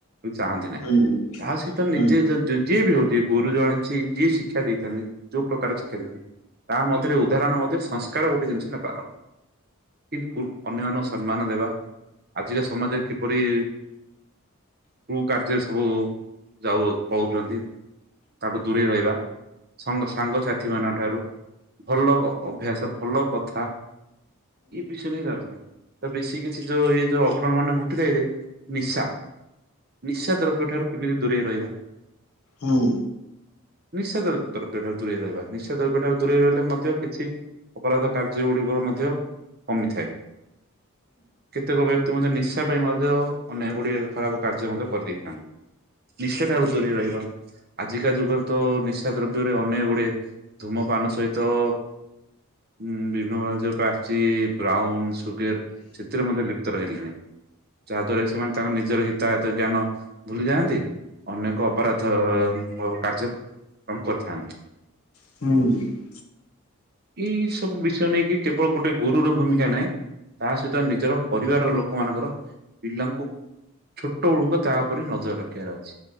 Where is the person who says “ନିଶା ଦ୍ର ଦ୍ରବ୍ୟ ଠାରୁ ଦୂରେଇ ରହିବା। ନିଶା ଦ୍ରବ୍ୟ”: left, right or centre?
Right